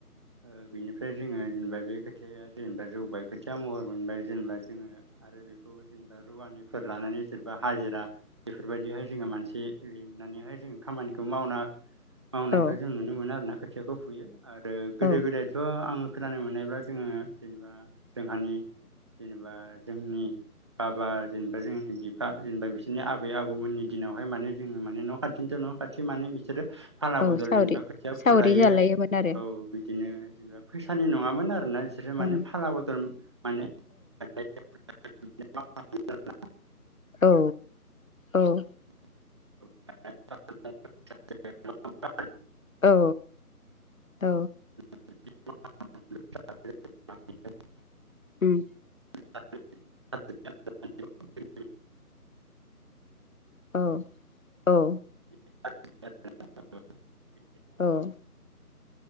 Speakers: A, on the right; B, on the left.
A: ओ बेनिफ्राय जोङो जेनबा बे खोथियाया जेनबा जौबाय खोथिया महर मोनबाय जेनबा जोङो आरो बेखौ जेनबा रुवानिफोर लानानै जेनबा हाजिरा बेफोरबायदिहाय जोङो मानसि लिंनानैहाय जों खामानिखौ मावना मावनायखौ
B: औ
A: जों नुनो मोनो आरोना खोथियाखौ फुयो आरो गोदो
B: औ
A: गोदायथ' आं खोनानो मोननायब्ला जोङो जेनेबा जोंहानि जेनेबा जोंनि बाबा जेनबा जों बिप फा जेनबा बिसोरनि आबै आबौमोननि दिनावहाय माने जोङो मान न' खाथिनिथ' न' खाथि माने बिसोरो। फाला
B: औ
A: बदल
B: सावरि
A: जेनबा खोथिया
B: सावरि
A: फुलायो
B: जालायोमोन आरो
A: औ बिदिनो जेनबा फैसानि नङामोन आरोना इसोरो माने
B: ओं
A: फाला बदल माने <unintelligible> <unintelligible>
B: औ औ
A: <unintelligible>
B: औ औ
A: <unintelligible>
B: उम
A: <unintelligible>
B: औ औ
A: <unintelligible>
B: औ